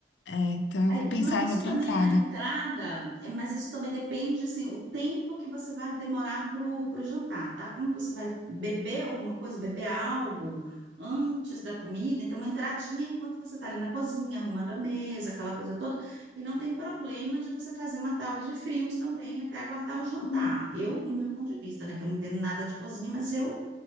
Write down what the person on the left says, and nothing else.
É, então eu
vou pensar
em outra
entrada.
Hum,